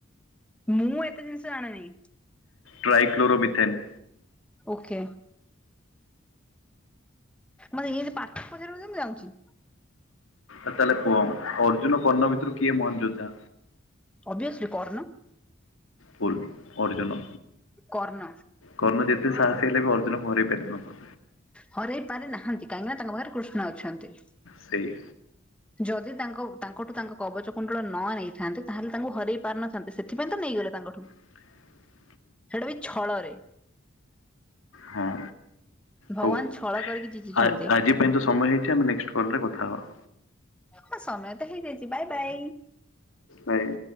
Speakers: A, in the centre; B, on the left.
A: ମୁଁ ଏତେ ଜିନିଷ ଜାଣନି।
B: Trichloromethane.
A: ଓକେ। ମତେ ଏନ୍ତି ପାଠ ପଚାରିବ ଯଦି ମୁଁ ଯାଉଚି।
B: ଆ ତାହେଲେ କୁହ ଅର୍ଜୁନ କର୍ଣ୍ଣ ଭିତୁରୁ କିଏ ମହନ୍ ଯୋଦ୍ଧା?
A: ଅବିଅସ୍ଲି କର୍ଣ୍ଣ।
B: ଭୁଲ୍ ଅର୍ଜୁନ,
A: କର୍ଣ୍ଣ
B: କର୍ଣ୍ଣ ଯେତେ ସାହସୀ ହେଲେ ବି ଅର୍ଜୁନକୁ ହରେଇ ପାରିବନି।
A: ହରେଇ ପାରି ନାହାନ୍ତି କାହିଁକିନା ତାଙ୍କ ପାଖେରେ କୃଷ୍ଣ ଅଛନ୍ତି।
B: ସେଇ
A: ଯଦି ତାଙ୍କ ତାଙ୍କଠୁ ତାଙ୍କ କବଚ କୁଣ୍ଡଳ ନ ନେଇଥାେନ୍ତେ ତାହେଲେ ତାଙ୍କୁ ହରେଇ ପାରି ନଥାନ୍ତେ, ସେ ସେଥିପାଇଁ ତ ନେଇଗଲେ ତାଙ୍କଠୁ।
B: <inaudible>
A: ସେଇଟା ବି ଛଳରେ।
B: ହଁ
A: ଭଗବାନ୍
B: ହଉ
A: ଛଳ କରିକି ଜିତିଛନ୍ତି।
B: ଆ- ଆଜି ପାଇଁ ତ ସମୟ ହେଇଚି, ଆମେ ନେକ୍ସଟ୍ କଲ୍ ରେ କଥା ହବା।
A: ହଁ ସମୟ ତ ହେଇଯାଇଚି ବାଇ-ବାଇ।
B: ବାଏ।